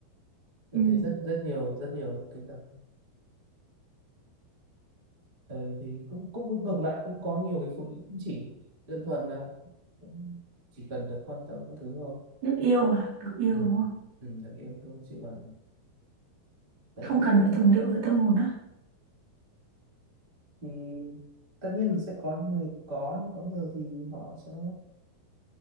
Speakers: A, on the right; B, on the right.
A: tôi
B: Ừ.
A: thấy rất rất nhiều rất nhiều cái cặp ờ, thì cũng cũng ngược lại cũng có nhiều người phụ nữ cũng chỉ đơn thuần là cũng chỉ cần được quan tâm các thứ thôi
B: Được yêu à được yêu
A: ừ,
B: đúng không
A: ừ được yêu thôi chứ còn đấy
B: không
A: thì
B: cần
A: cũng
B: phải tầm điệu với tâm hồn á
A: thì tất nhiên là sẽ có người có nhưng có người thì họ sẽ